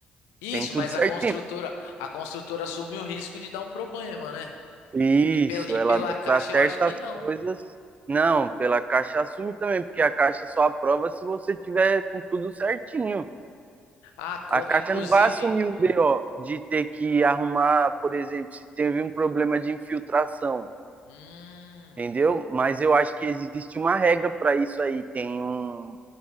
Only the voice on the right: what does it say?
tem tudo
certinho.
Isso,
ela
para certas
coisas. Não, pela Caixa assume também, porque a Caixa só aprova se você tiver com tudo certinho.
A Caixa
não vai assumir um BO de ter que arrumar, por exemplo, se teve um problema de infiltração,
entendeu? Mas eu acho que existe uma regra para isso aí, tem um,